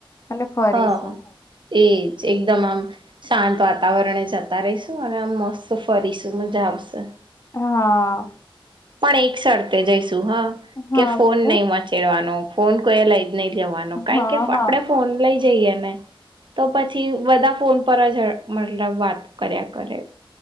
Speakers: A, on the left; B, on the right.
A: અને ફરીશું
B: હા એજ એકદમ આમ શાંત વાતાવરણ જતા રહીશું અને આમ મસ્ત ફરીશું મજા આવશે
A: હા.
B: પણ એકસરતે જ હા
A: હા
B: કે ફોન
A: બોલો
B: નઈ મચેડવાનો ફોન કોયે લ નઈ જવાનું
A: હા
B: <unintelligible> કે
A: હા.
B: આપડે ફોન લઈ <unintelligible> તો પછી બધા ફોન <unintelligible> મતલબ વાત કર્યા કરે.